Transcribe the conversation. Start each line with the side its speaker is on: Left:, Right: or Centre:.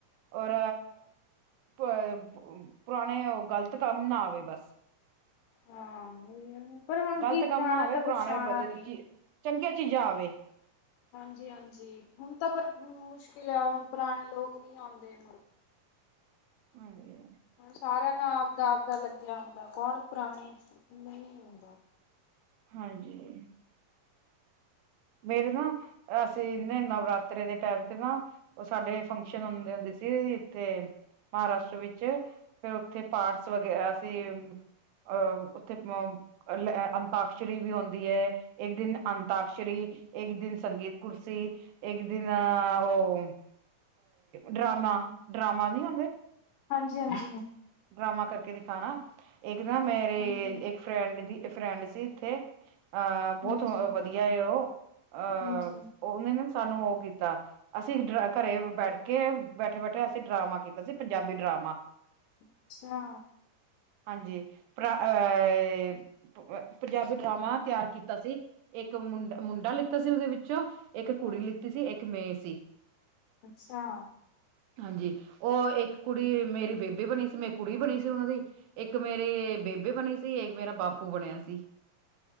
Right: ਔਰ ਪ ਪੁ ਪੁਰਾਣੇ ਉਹ ਗ਼ਲਤ ਕੰਮ ਨਾ ਆਵੇ ਬਸ।
Left: ਹਾਂ ਉਹੀ ਆ ਪਰ ਹੁਣ
Right: ਗ਼ਲਤ
Left: ਕੀ ਪੁਰਾਣਾ
Right: ਕੰਮ ਨਾ ਹੋਵੇ‌।ਪੁਰਾਣੇ
Left: ਤਾਂ ਕੁਛ ਆਣਾ
Right: ਵਧੇਤੀਏ
Left: ਨਹੀਂ।
Right: ਚੰਗੀਆਂ ਚੀਜ਼ਾਂ ਆਵੇ।
Left: ਹਾਂਜੀ, ਹਾਂਜੀ, ਹੁਣ ਤਾਂ ਪਰ ਮੁਸ਼ਕਿਲ ਆ। ਹੁਣ ਪੁਰਾਣੇ ਲੋਕ ਨਹੀਂੀ ਆਉਂਦੇ। ਮੁੜ।
Right: ਹਾਂਜੀ।
Left: ਹੁਣ ਸਾਰਿਆਂ ਨਾਲ ਆਪਦਾ ਆਪਦਾ ਲੱਗਿਆ ਹੁੰਦਾ। ਕੌਣ ਪੁਰਾਣੇ ਨਹੀਂ ਹੁੰਦਾ।
Right: ਹਾਂਜੀ। ਮੇਰੇ ਨਾ ਅਸੀਂਨੇ ਨਵਰਾਤ੍ਰੇ ਦੇ ਟਾਈਮ ਤੇ ਨਾ ਉਹ ਸਾਡੇ ਫੰਕਸ਼ਨ ਹੁੰਦੇ ਹੁੰ ਸੀ। ਇੱਥੇ ਮਹਾਰਾਸ਼ਟਰ ਵਿੱਚ ਫਿਰ ਉੱਥੇ ਪਾਰਸ ਵਗੈਰਾ ਸੀ। ਅ ਉੱਥੇ ਅ ਤਾਕਸ਼ਰੀ ਵੀ ਆਉਂਦੀ ਹੈਏ ਦਿਨ ਅੰਤਾਕਸ਼ਰੀ, ਇੱਕ ਦਿਨ ਸੰਗੀਤ ਕੁਰਸੀ, ਇੱਕ ਦਿਨ ਉਹ ਡਰਾਮਾ ਡਰਾਮਾ ਨੀ ਆਉਂਦੇ ।
Left: ਹਾਂਜੀ, ਹਾਂਜੀ।
Right: ਡਰਾਮਾ ਕਰਕੇ ਦਿਖਾਣਾ। ਇੱਕ ਨਾ ਮੇਰੇ
Left: ਹਾਂਜੀ
Right: ਇੱਕ ਫਰੈਂਡ ਦੀ ਫਰਡ ਸੀ ਇੱਥੇ। ਅਹ ਬਹੁਤ
Left: ਹਾਂਜੀ
Right: ਵਧੀਆ ਉਹ। ਅ
Left: ਹਾਂਜੀ
Right: ਉਹਨੇ ਨਾ ਸਾਨੂੰ ਉਹ ਕੀਤਾ ਅਸੀਂ ਡ ਘਰੇ ਬੈਠ ਕੇ ਬੈਠੇ ਬੈਠੇ ਅਸੀਂ ਡਰਾਮਾ ਕੀਤਾ ਸੀ। ਪੰਜਾਬੀ ਡਰਾਮਾ
Left: ਅੱਛਾ
Right: ਹਾਂਜੀ ਪਰਾ ਅਹ ਪੰਜਾਬੀ ਡਰਾਮਾ ਤਿਆਰ ਕੀਤਾ ਸੀ। ਇੱਕ ਮੁੰਡ ਮੁੰਡਾ ਲਿੱਤਾ ਸੀ। ਉਹਦੇ ਵਿੱਚੋ ਇੱਕ ਕੁੜੀ
Left: ਹਾਂਜੀ।
Right: ਲਿੱਤੀ ਸੀ। ਇੱਕ ਮੇ ਸੀ।
Left: ਅੱਛਾ
Right: ਹਾਂਜੀ, ਉਹ ਇੱਕ ਕੁੜੀ ਮੇਰੀ ਬੇਬੀ ਬਣੀ ਸੀ ਮੈਂ ਕੁੜੀ ਬਣੀ ਸੀ ਉਹਨਾਂ ਦੀ ਇੱਕ ਮੇਰੇ ਬੇਬੇ ਬਣੀ ਸੀ। ਇੱਕ ਮੇਰਾ ਬਾਪੂ ਬਣਿਆ ਸੀ।